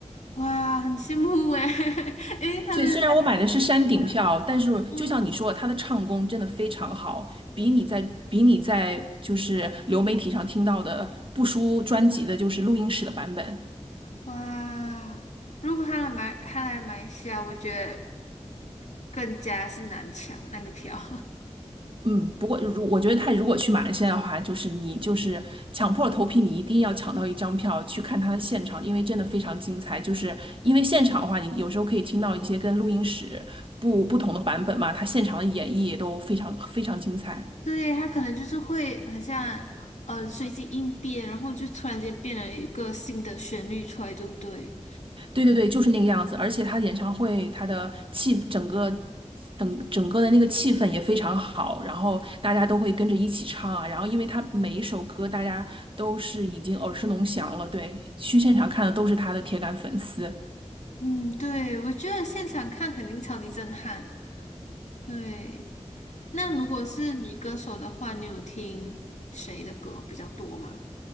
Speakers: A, on the left (about 75°); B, on the right (about 45°).
A: 哇，很羡慕诶，<laughs> 诶，他没有来过马来西亚，
B: 所以虽然我买的是山顶票，但是就像你说，
A: 嗯，
B: 他的唱功真的非常好，比你在比你在就是流媒体上听到的不输专辑的，就是录音室的版本。
A: 哇，如果他来买他来马来西亚，我觉得更加是难抢那个票。
B: 嗯，不过如我觉得他如果去马来西亚的话，就是你就是抢破头皮，你一定要抢到一张票去看他的现场，因为真的非常精彩。就是因为现场的话，你有时候可以听到一些跟录音室不不同的版本嘛，他现场的演绎也都非常非常精彩。
A: 对，他可能就是会很像呃随机应变，然后就突然间变了一个新的旋律出来，对不对？
B: 对对对，就是那个样子。而且他演唱会，他的气整个等整个的那个气氛也非常好，然后大家都会跟着一起唱啊。然后因为他每一首歌大家都是已经耳熟能详了，对，去现场看的都是他的铁杆粉丝。
A: 嗯，对，我觉得现场看肯定超级震撼。对，那如果是女歌手的话，你有听谁的歌比较多吗？